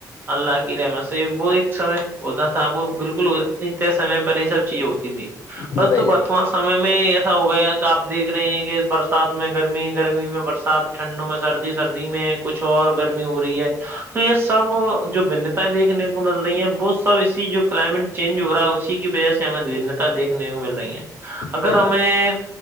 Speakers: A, on the right (about 30°); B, on the left (about 65°).
A: اللہ کی رحمت سے وہ ایک سمے ہوتا تھا وہ بالکل سمے پر یہ سب چیزیں ہوتی تھیں
B: جی
A: پرنت
B: بھائی
A: ب وتمان سمے میں ایسا ہو گیا کہ آپیکھ رہے ہیں کہ برسات میں گرمی گرمی میں برسات ٹنڈ میں سردی سردی میں کچھ اور گرمی ہو رہی ہے تو یہ سب جو بھنتاائیں دیکنے کو مل رہی ہیں بہت سب اسی جو کلائمیٹ چینج ہو رہا ہے اسی کی وجہ سے ہمیں بھنتا دیکھنے کو مل رہی ہیں
B: جان
A: اگر ہمیں